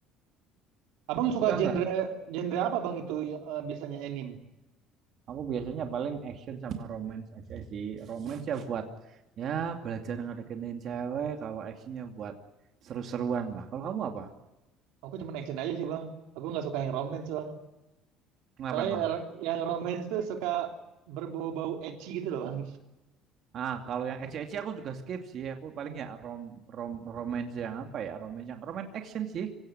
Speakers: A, on the right; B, on the right.
A: Abang
B: Suka
A: suka genre
B: nggak?
A: genre apa, Bang, itu ya, eh, biasanya anime?
B: Aku biasanya paling action sama romance aja sih. Romance ya buat ya belajar ngedeketin cewek. Kalau actionnya buat seru-seruan lah. Kalau kamu apa?
A: Aku cuma action aja sih, Bang. Aku nggak suka yang romance, Bang.
B: Kenapa
A: Soalnya
B: emang?
A: yang romance tuh suka berbau-bau ecchi gitu loh, Bang.
B: Ah, kalau yang ecce-ecce aku juga skip sih. Aku paling ya rom rom romance yang apa ya? Romance yang romance action sih.